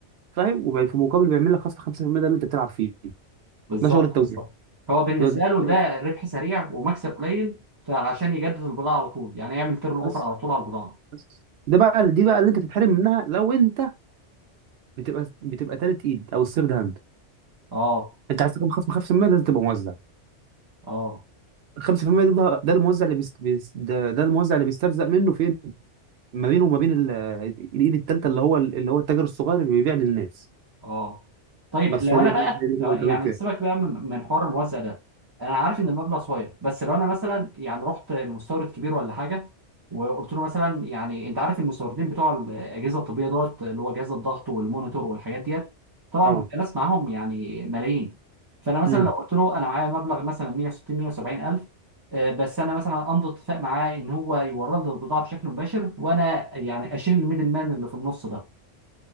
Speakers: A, on the right; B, on the right.
A: فاهم وفي مقابل بيعمل لك خصم 5% ده اللي أنت بتلعب فيه
B: بالظبط
A: ده شغل التوزيع
B: بالظبط هو بالنسبه
A: ده- ده-
B: له ده ربح سريع ومكسب قليل فعشان يجدد البضاعه على طول يعني يعمل تيرن اوفر
A: بس
B: على طول على البضاعه
A: بس ده بقى دي بقى اللي انت تتحرم منها لو انت بتبقى بتبقى تالت ايد او الثيرد هاند
B: اه
A: انت عايز تكون خصم 5% لازم تبقى موزع
B: اه
A: ال 5% ده ده الموزع اللي بيست بيست ده, ده الموزع اللي بيسترزق منه فين ما بينه وما بين ال- الايد التالتة اللي هو اللي هو التاجر الصغير اللي بيبيع للناس
B: اه طيب
A: بس
B: لو
A: هي
B: انا
A: دي هي
B: بقى
A: دي اللي
B: لو
A: كنت بكلمك
B: يعني
A: فيها
B: سيبك بقى من من حوار الموزع ده انا عارف ان المبلغ صغير بس لو انا مثلا يعني رحت لمستورد كبير ولا حاجه وقلت له مثلا يعني انت عارف المستوردين بتوع الاجهزه الطبيه دوت اللي هو جهاز الضغط والمونيتور والحاجات ديت طبعا
A: اه
B: بيبقى ناس معاهم يعني ملايين فانا مثلا
A: امم
B: لو قلت له انا معايا مبلغ مثلا 160 170 الف آه، بس انا مثلا امضي اتفاق معاه ان هو يورد لي البضاعه بشكل مباشر وانا يعني اشيل الميدل مان اللي في النص ده